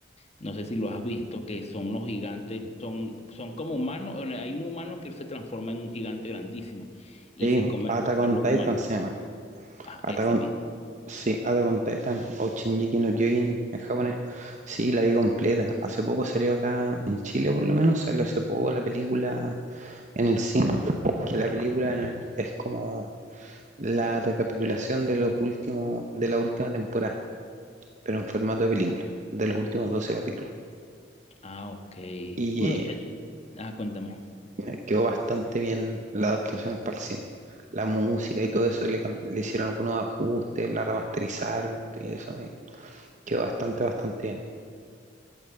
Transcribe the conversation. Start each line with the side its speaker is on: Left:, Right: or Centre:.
Left: No sé si lo has visto, que son los gigantes, son, son como humanos. bueno, Hay un humano que se transforma en un gigante grandísimo y
Right: Sí,
Left: se come
Right: Attack
Left: a los,
Right: on
Left: a los
Right: Titan
Left: humanos.
Right: se llama.
Left: Ah,
Right: Attack
Left: ese mismo.
Right: Sí, Attack on Titan o Shingeki no Kyojin en japonés. Sí, la vi completa. Hace poco salió acá en Chile, por lo menos, salió hace poco la película en el cine, que la película en el- es como la recapitulación de los últimos, de la última temporada, pero en formato de película, de los últimos 12 capítulos.
Left: Ah, ok.
Right: Y
Left: Bueno, te- ah, cuéntame.
Right: eh, quedó bastante bien la adaptación para el cine. La música y todo eso, le, cam- le hicieron algunos ajustes, la remasterizaron y eso, y quedó bastante, bastante bien.